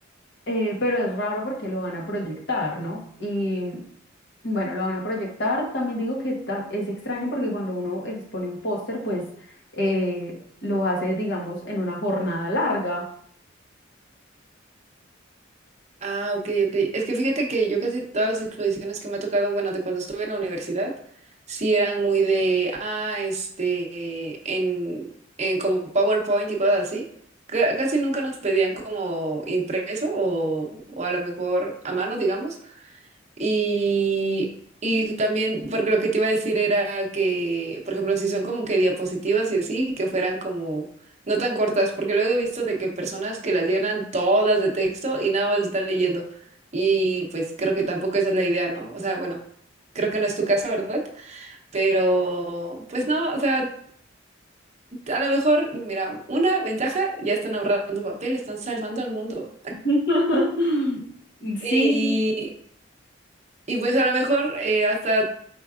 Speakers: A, on the left (about 60°); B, on the right (about 35°).
A: eh, pero es raro porque lo van a proyectar, ¿no? Y bueno, lo van a proyectar. También digo que ta- es extraño porque cuando uno expone un póster, pues eh, lo hace, digamos, en una jornada larga.
B: Ah, ok, ok. Es que fíjate que yo casi todas las exposiciones que me ha tocado, bueno, de cuando estuve en la universidad, sí eran muy de, ah, este, en, en como PowerPoint y cosas así. Ca- Casi nunca nos pedían como impreso o, o a lo mejor a mano, digamos. Y, y también, porque lo que te iba a decir era que, por ejemplo, si son como que diapositivas y así, que fueran como no tan cortas, porque luego he visto de que personas que las llenan todas de texto y nada más están leyendo. Y pues creo que tampoco esa es la idea, ¿no? O sea, bueno, creo que no es tu caso, ¿verdad? Pero pues no, o sea, a lo mejor, mira, una ventaja, ya están ahorrando papel, están salvando al mundo.
A: <laughs> Sí,
B: Y, y pues a lo mejor eh, hasta